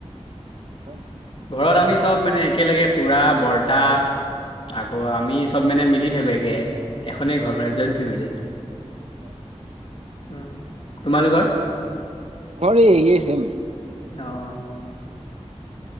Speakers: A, on the right; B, on the left.
A: হয় নেকি?
B: ঘৰত আমি চব মানে একেলগে খুৰা বৰ্তা আকৌ আমি চব মানে মিলি থাকো একে এখনেই ঘৰ মানে জইণ্ট ফেমিলি।
A: হয়।
B: উম, তোমালোকৰ?
A: <inaudible> একেই চেম।
B: অহ,